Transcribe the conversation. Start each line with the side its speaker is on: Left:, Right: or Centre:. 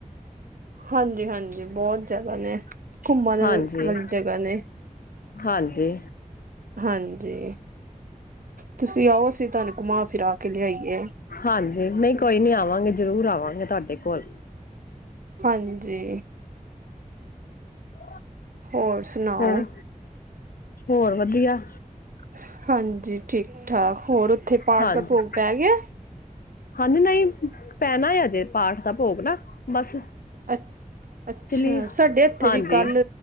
Right: ਹਾਂਜੀ-ਹਾਂਜੀ ਬਹੁਤ ਜਗ੍ਹਾ ਨੇ ਘੁੰਮਣ ਕੁਮਾਂਨ
Left: ਹਾਂਜੀ
Right: ਵਾਲੀ ਜਗ੍ਹਾ ਨੇ
Left: ਹਾਂਜੀ
Right: ਹਾਂਜੀ ਤੁਸੀਂ ਆਓ ਅਸੀਂ ਤੁਹਾਨੂੰ ਘੁਮਾ ਫਿਰਾ ਕੇ ਲਿਆਈਏ
Left: ਹਾਂਜੀ ਨਹੀਂ ਕੋਈ ਨੀ ਆਵਾਂਗੇ ਜਰੂਰ ਆਵਾਂਗੇ ਤੁਹਾਡੇ ਕੋਲ
Right: ਹਾਂਜੀ
Left: ਹ
Right: ਹੋਰ ਸੁਣਾਓ
Left: ਹਾਂ ਹੋਰ ਵਧੀਆ
Right: ਹ ਹਾਂਜੀ ਠੀਕ ਠਾਕ ਹੋਰ ਉੱਥੇ ਪਾਠ
Left: ਹਾਂਜੀ
Right: ਦਾ ਭੋਗ ਪੈ ਗਿਆ
Left: ਹਾਂਜੀ ਨਹੀਂ ਪੈਣਾ ਜੇ ਪਾਠ ਦਾ ਭੋਗ ਨਾ ਬਸ
Right: ਅੱਛ ਅੱਛਾ
Left: ਚਲੀ
Right: ਸਾਡੇ ਹੱਥੇ
Left: ਹਾਂਜੀ
Right: ਵੀ ਕੱਲ